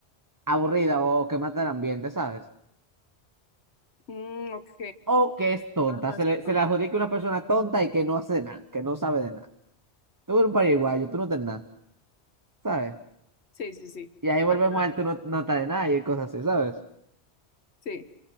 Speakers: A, on the right; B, on the left.
A: aburrida o que mata el ambiente, ¿sabes?
B: Mm, ok.
A: O que es tonta.
B: Ajá,
A: Se
B: es
A: le,
B: acá.
A: se le adjudica a una persona tonta y que no hace nada, que no sabe de nada. Tú eres un pariguayo, tú no tienes nada, ¿sabes?
B: Sí, sí, sí.
A: Y ahí volvemos
B: Acá,
A: al tú no, no estás de nada y cosas así, ¿sabes?
B: sí.